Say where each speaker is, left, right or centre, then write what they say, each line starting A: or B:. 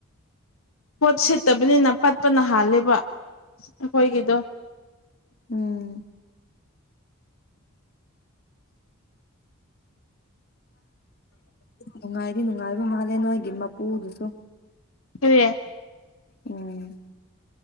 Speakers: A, on the left; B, on the left.
A: ꯄꯣꯠ ꯁꯤꯠꯇꯕꯅꯤꯅ ꯄꯠꯄ ꯅ ꯍꯥꯜꯂꯦꯕ ꯑꯩꯈꯣꯏꯒꯤꯗꯣ
B: ꯎꯝ <inaudible> ꯅꯨꯡꯉꯥꯏꯗꯤ ꯅꯨꯡꯉꯥꯏꯕ ꯃꯥꯜꯂꯦ ꯅꯣꯏꯒꯤ ꯃꯄꯨꯗꯨꯁꯨ
A: ꯍꯦ
B: ꯎꯝ